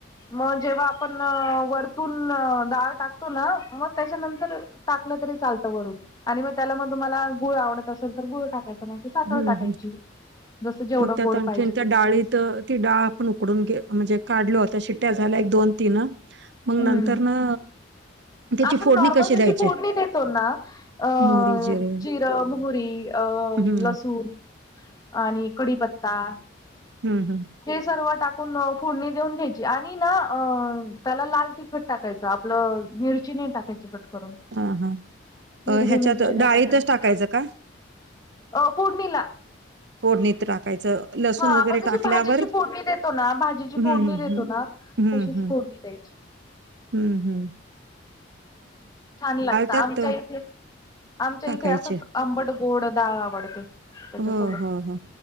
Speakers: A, on the left; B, on the right.
A: मग जेव्हा आपण वर तून डाळ टाकतो ना मग त्याच्यानंतर टाकलं तरी चालतं वरून आणि मग त्याला मग तुम्हाला गुळ आवडत असेल तर गुळ टाक नाहीतर साखर
B: हम्म
A: टाकायची
B: हम्म
A: जसं जेवढं
B: मग त्यात
A: गोड
B: आणखीन
A: पाहिजे
B: त्या
A: तेवढं.
B: डाळीत ती डाळ आपण उकडून म्हणजे काढलो आता शिट्ट्या झाल्या एक दोन तीन मग
A: हम्म
B: नंतर न त्याची
A: आपण
B: फोडणी
A: नॉर्मल
B: कशी
A: जशी
B: द्यायची
A: फूडणी देतो ना अ
B: मोहरी जिरे
A: जिरं मोहरी अ
B: हम्म
A: लसूण आणि कडीपत्ता
B: हम् हम्.
A: हे सर्व टाकून फोडणी देऊन घ्यायची आणि ना त्याला लाल ती खट टाकायचं आपलं मिरची नाही टाकायची कट करून.
B: हा हा
A: हिरवी
B: ह्याच्यात
A: मिरची नाही
B: डाळीतच
A: टाकायची
B: टाकायचं का?
A: अ फोडणीला
B: फोडणीत टाकायचं लसूण
A: हा
B: वगैरे
A: आपण जशी
B: टाकल्यावर
A: भाजीची फोडणी देतो ना भाजीची
B: हम्म
A: फोडणी देतो
B: हम्म
A: ना
B: हम्म
A: तशीच
B: हम्म
A: फोडणी द्यायची.
B: हम्म हम्.
A: छान लागत आमच्या
B: त्यात
A: इथे आमच्या
B: टाकायची
A: इथे असंच आंबट गोड डाळ आवडते त्याच्यासोबत
B: हो हो हो